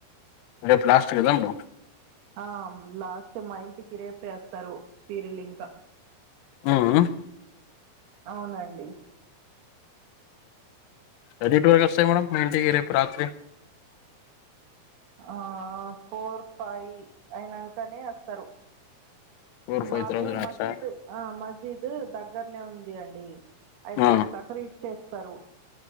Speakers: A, on the left (about 80°); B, on the right (about 65°).
A: అరె ప్లాస్టికదం ర
B: ఆ లాస్ట్ మా ఇంటికి రేపే ఒత్తరు పీరిల్ ఇంకా
A: ఆ ఆ
B: అవునండి
A: ఎడిట్ వర్ ఒస్తా మేడం మీంటికి రాత్రి
B: ఆ ఫోర్ ఫై అయినంకనే ఒత్తరు
A: ఫోర్ ఫైవ్
B: మాకు
A: తర్వాత రాచ్చా
B: మసీదు ఆ మసీదు దగ్గర్నే ఉంది అండి ఐతే
A: ఆ
B: తకరీద్ చేస్తారు